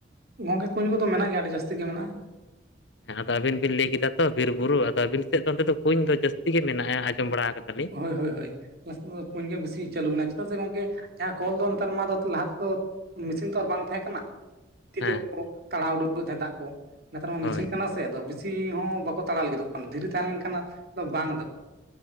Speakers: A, on the right (about 55°); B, on the left (about 65°).
A: ᱜᱚᱝᱠᱮ ᱠᱩᱧ ᱠᱚᱫᱚ ᱢᱮᱱᱟᱜ ᱜᱮᱭᱟ ᱟᱹᱰᱤ ᱡᱟᱹᱥᱛᱤ ᱜᱮ ᱢᱮᱱᱟᱜᱼᱟ᱾
B: ᱦᱮᱸ ᱟᱫᱚ ᱟᱵᱤᱱ ᱵᱤᱱ ᱞᱟᱹᱭ ᱠᱮᱫᱟ ᱛᱚ ᱵᱤᱨ ᱵᱩᱨᱩ ᱟᱫᱚ ᱟᱹᱵᱤᱱ ᱥᱮᱫ ᱫᱚ ᱚᱱᱛᱮ ᱫᱚ ᱠᱩᱧ ᱫᱚ ᱡᱟᱹᱥᱛᱤ ᱜᱮ ᱢᱮᱱᱟᱜᱼᱟ ᱟᱸᱡᱚᱢ ᱵᱟᱲᱟ ᱠᱟᱫᱟ ᱞᱤᱧ ᱾
A: ᱦᱳᱭ ᱦᱳᱭ ᱦᱳᱭ ᱟᱞᱮ ᱥᱮᱜ ᱫᱚ ᱠᱩᱧ ᱜᱮ ᱵᱮᱥᱤ ᱪᱟᱹᱞᱩ ᱢᱟᱱᱟᱜ ᱪᱮᱫᱟᱜ ᱥᱮ ᱜᱚᱝᱠᱮ ᱡᱟᱦᱟᱸ ᱠᱚᱞ ᱫᱚ ᱱᱮᱛᱟᱨ ᱢᱟ ᱞᱟᱦᱟ ᱛᱮᱫᱚ ᱢᱮᱥᱤᱱ ᱛᱚ ᱟᱨ ᱵᱟᱝ ᱛᱟᱦᱮᱸ ᱠᱟᱱᱟ ᱾ ᱛᱤ
B: ᱦᱮᱸ
A: ᱛᱮ ᱯᱨᱳ ᱛᱟᱲᱟᱣ ᱩᱰᱩᱠᱮᱫ ᱛᱟᱦᱮᱸ ᱫᱟᱜ ᱠᱚ ᱱᱮᱛᱟᱨ ᱢᱟ
B: ᱦᱳᱭ
A: ᱢᱮᱥᱤᱱ ᱠᱟᱱᱟ
B: ᱦᱮᱸ
A: ᱥᱮ ᱟᱫᱚ ᱵᱤᱥ ᱥᱤ ᱦᱚᱸ ᱵᱟᱠᱚ ᱛᱟᱲᱟ ᱞᱟᱹᱜᱤᱫ ᱫᱚᱜ ᱠᱟᱱ ᱫᱷᱤᱨᱤ ᱛᱟᱦᱮᱸᱞᱮᱱᱠᱷᱟᱱ ᱱᱟ ᱵᱟᱝ <unintelligible>